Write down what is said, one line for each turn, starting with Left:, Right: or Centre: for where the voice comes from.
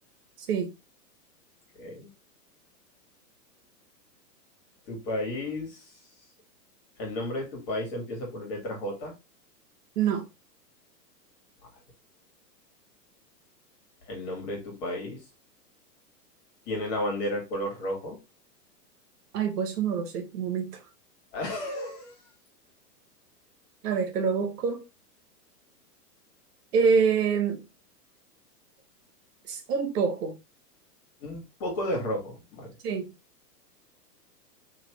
Right: Sí.
Left: Ok. Tu país, el nombre de tu país empieza por letra J.
Right: No.
Left: Vale. El nombre de tu país tiene la bandera al color rojo.
Right: Ay, pues eso no lo sé. Un momento.
Left: <laughs>
Right: A ver, que lo busco. Eh, s- un poco.
Left: Un poco de rojo, vale.
Right: Sí.